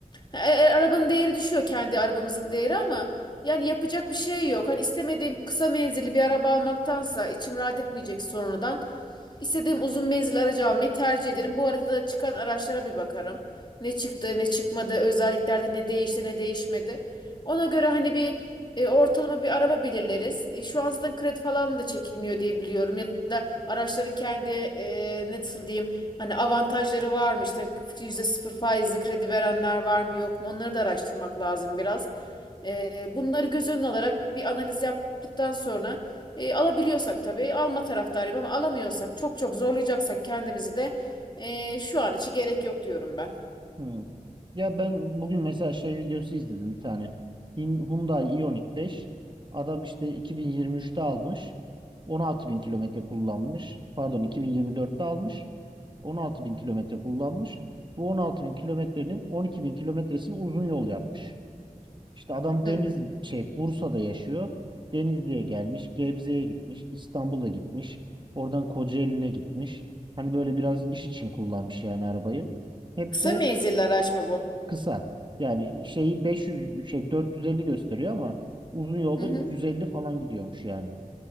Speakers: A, on the left (about 30°); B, on the right (about 35°).
A: E, e, arabanın değeri düşüyor kendi arabamızın değeri ama yani yapacak bir şey yok. Hani istemediğim kısa menzilli bir araba almaktansa içim rahat etmeyecek sonradan. İstediğim uzun menzil aracı almayı tercih ederim. Bu arada da çıkan araçlara bir bakarım. Ne çıktı, ne çıkmadı, özelliklerde ne değişti, ne değişmedi. Ona göre hani bir e, ortalama bir araba belirleriz. E, şu an zaten kredi falan da çekilmiyor diye biliyorum. Ya da araçların kendi e, ne nasıl diyeyim hani avantajları var mı? İşte yüzde sıfır faizli kredi verenler var mı yok mu? Onları da araştırmak lazım biraz. Ee, bunları göz önüne alarak bir analiz yaptıktan sonra e, alabiliyorsak tabii alma taraftarıyım ama alamıyorsak çok çok zorlayacaksak kendimizi de e, şu an için gerek yok diyorum ben.
B: Hmm. Ya ben bugün mesela şey videosu izledim bir tane. Hin- Hyundai Ioniq 5. Adam işte 2023'te almış. 16 bin kilometre kullanmış. Pardon 2024'te almış. 16 bin kilometre kullanmış. Bu 16 bin kilometrenin 12 bin kilometresini uzun yol yapmış. İşte adam
A: Hmm.
B: Deniz şey Bursa'da yaşıyor. Denizli'ye gelmiş, Gebze'ye gitmiş, İstanbul'a gitmiş. Oradan Kocaeli'ne gitmiş. Hani böyle biraz iş için kullanmış yani arabayı. Hep
A: Kısa
B: de
A: menzilli araç mı bu?
B: Kısa. Yani şeyi 500 şey 450 gösteriyor ama uzun yolda
A: Hı hı.
B: 350 falan gidiyormuş yani.